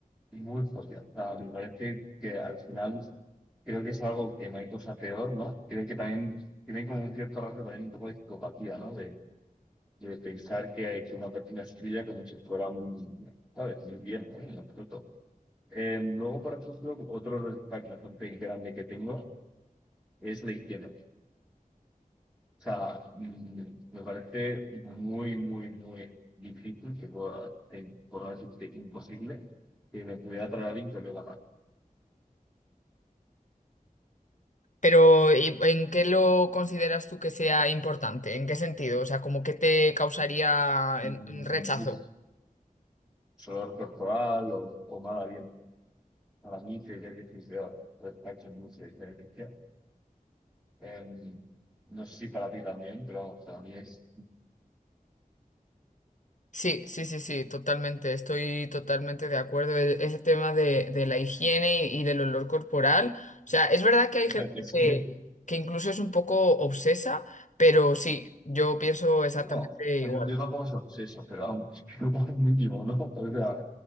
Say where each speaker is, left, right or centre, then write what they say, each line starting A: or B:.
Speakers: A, in the centre; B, on the left.
A: muy fuerte. O sea, me parece que al final creo que es algo que no hay cosa peor, ¿no? Creo que también tienen como un cierto rasgo también un poco de psicopatía, ¿no? De, de pensar que, que una persona es tuya como si fuera un, ¿sabes? Muy bien, ¿no? En absoluto. Eh, luego, por ejemplo, otro respecto bastante grande que tengo es la izquierda. O sea, mm, me parece muy, muy, muy difícil que pueda, eh, por no decirte imposible, que me pudiera traer alguien que olora mal.
B: Pero ¿y ¿en qué lo consideras tú que sea importante? ¿En qué sentido? O sea, como que te causaría
A: mm,
B: en- rechazo.
A: uf, sudor corporal o, o mal aliento. Para mí sería que estoy peor. Respecto a mucha diferencia. Em, no sé si para ti también, pero vamos, para mí es...
B: Sí, sí, sí, sí, totalmente. Estoy totalmente de acuerdo. E- Ese tema de, de la higiene y del olor corporal. O sea, es verdad que hay
A: O sea,
B: gente
A: es
B: que,
A: que-
B: que incluso es un poco obsesa, pero sí, yo pienso exactamente
A: no, o sea,
B: igual.
A: yo, yo tampoco soy obseso, pero vamos, <laughs> que igual mínimo, ¿no? O sea,